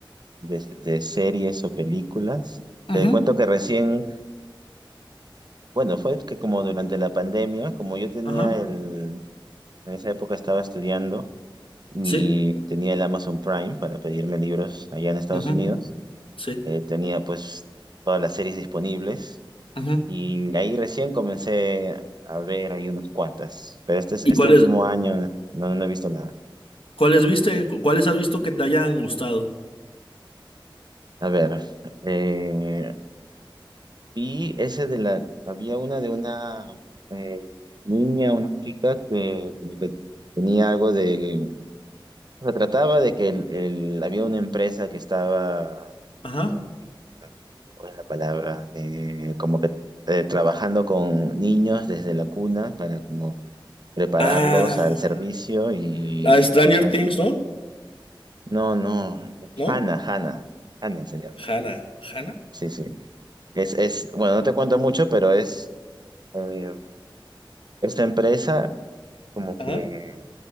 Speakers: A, on the right; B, on the left.
A: de, de series o películas.
B: Ujú,
A: Te cuento que recién, bueno, fue que como durante la pandemia, como yo tenía
B: Ajá,
A: el, en esa época estaba estudiando. y
B: sí,
A: tenía el Amazon Prime para pedirme libros allá en Estados
B: ujú,
A: Unidos.
B: ujú, sí.
A: Eh, tenía pues todas las series disponibles
B: ujú.
A: y ahí recién comencé a ver ahí unos cuantas, pero este, es-
B: ¿Y
A: este
B: cuáles,
A: último año no, no he visto nada.
B: cuáles viste? cu- ¿Cuáles has visto que te hayan gustado?
A: A ver, eh, vi ese de la, había una de una eh, niña, una chica que, como que tenía algo de, se trataba de que el, el- había una empresa que estaba...
B: Ajá.
A: eh, ¿cuál es la palabra? Eh, como que eh, trabajando con niños desde la cuna para como prepararlos
B: Ah,
A: al servicio y
B: la de Stranger
A: tenía,
B: Things, ¿no?
A: no, no,
B: ¿No?
A: Hannah, Hannah, Hannah se llama.
B: Hannah, Hannah,
A: Sí, sí. Es, es, bueno, no te cuento mucho, pero es eh, esta empresa como
B: ajá.
A: que